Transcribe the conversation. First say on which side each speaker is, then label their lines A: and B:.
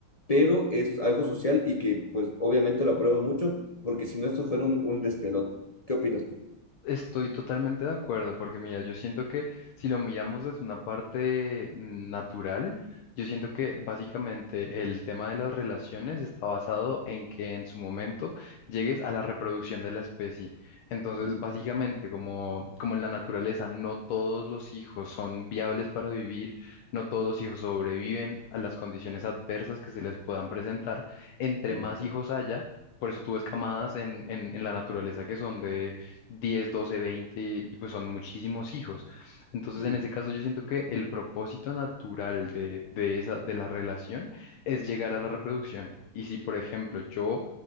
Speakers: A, on the left (about 50°); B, on the left (about 90°).
A: pero es algo social y que pues obviamente lo apruebo mucho, porque si no esto fuera un, un despelote. ¿Qué opinas tú?
B: Estoy totalmente de acuerdo, porque mira, yo siento que si lo miramos desde una parte mm, natural, yo siento que básicamente el tema de las relaciones está basado en que en su momento llegues a la reproducción de la especie. Entonces,
A: Mm,
B: básicamente, como, como en la naturaleza, no todos los hijos son viables para vivir, no todos los hijos sobreviven a las condiciones adversas que se les puedan presentar. Entre
A: ujú,
B: más hijos haya, por eso tú ves camadas en, en en la naturaleza que son de 10 12 20 y pues son muchísimos hijos. Entonces,
A: ujú.
B: en ese caso, yo siento que el propósito natural de, de esa, de la relación es llegar a la reproducción. Y si, por ejemplo, yo